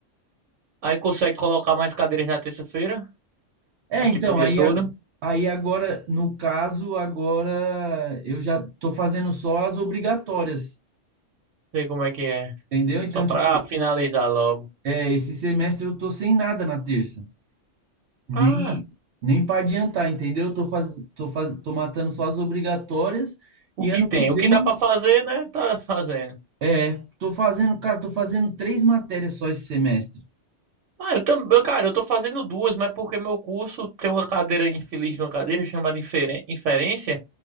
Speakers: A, on the right; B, on the right.
A: aí consegue colocar mais cadeiras na terça-feira?
B: É,
A: Ou
B: então,
A: tipo o dia
B: aí,
A: todo?
B: a- aí agora, no caso, agora eu já estou fazendo só as obrigatórias.
A: Sei como é que é.
B: Entendeu? Então,
A: Só pra
B: tipo,
A: finalizar logo.
B: é, esse semestre eu tô sem nada na terça. Nem,
A: Ah,
B: nem para adiantar, entendeu? Eu tô, faz, tô, faz, tô matando só as obrigatórias
A: o
B: e
A: que
B: ano
A: tem?
B: que vem,
A: O que dá pra fazer, né? Tá fazendo.
B: é, tô fazendo, cara, tô fazendo três matérias só esse semestre.
A: Ah, eu também, cara, eu tô fazendo duas, mas porque meu curso tem uma cadeira infeliz de uma cadeira chamada inferen- inferência,